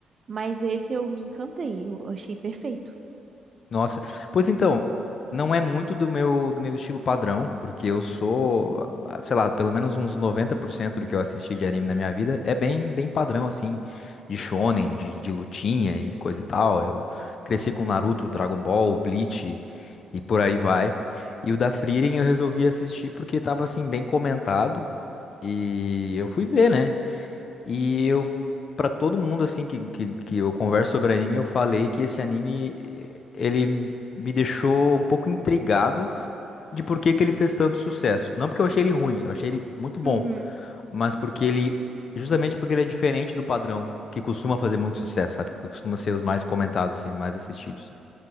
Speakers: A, on the right; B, on the left.
A: Mas esse eu me encantei. Eu achei perfeito.
B: Nossa, pois então, não é muito do meu do meu estilo padrão, porque eu sou, ah, sei lá, pelo menos uns 90% do que eu assisti de anime na minha vida é bem bem padrão assim, de shonen, de, de lutinha e coisa e tal. Eu cresci com Naruto, Dragon Ball, Bleach e por aí vai. E o da Frieren eu resolvi assistir porque tava assim bem comentado e eu fui ver, né? E eu, pra todo mundo assim que, que, que eu converso sobre anime, eu falei que esse anime eh, ele me deixou um pouco intrigado de por que que ele fez tanto sucesso. Não porque eu achei ele ruim, eu achei ele muito bom,
A: Uhum,
B: mas porque ele, justamente porque ele é diferente do padrão que costuma fazer muito sucesso, sabe? Que costuma ser os mais comentados, assim, os mais assistidos.